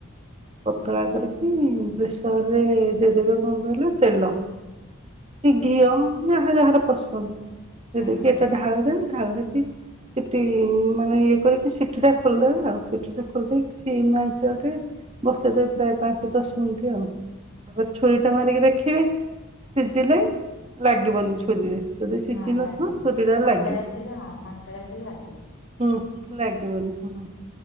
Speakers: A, on the right; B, on the left.
A: ପତଳା
B: ହୁଁ ହୁଁ
A: କରିକି ପ୍ରେସରରେ ଦେଇଦେବେ କଣ କହିଲେ ତେଲ କି
B: ହୁଁ
A: ଘିଅ
B: ହୁଁ
A: ଯାହାର ଯାହାର ପସନ୍ଦ ଯଦି
B: ହୁଁ ହୁଁ
A: କିି ଏଟା ଢାଳିଯାଏ ଆବ ସେଠି ମାନେ ଇଏ କରିକି ସିଟି ଟା ଖୋଲିଦେବେ ଆଉ ସିଟି ଟା ଖୋଲିଦକି ସିମା ଅଞ୍ଚଳରେ ବସେଇଦବେ ପ୍ରାୟ ପାଞ୍ଚ ଦଶ ମିନିଟ ଆଉ ତାପରେ ଛୁରୀ ଟା ମାରିକି ଦେଖିବେ ସେଝିଲ ଲାଗ ଲାଗିବନି ଛୁରୀରେ ଯଦି ସିଝି
B: ହଁ
A: ନଥିବ
B: ଲାଗିବନି।
A: ଛୁରୀରେ
B: କଞ୍ଚାଳିଆ
A: ଲାଗିବ
B: ଥିଲେ ହଁ କଞ୍ଚାଳିଆ ଥିଲେ ଲାଗିବ
A: ହୁଁ ଲାଗେିବ ହୁଁ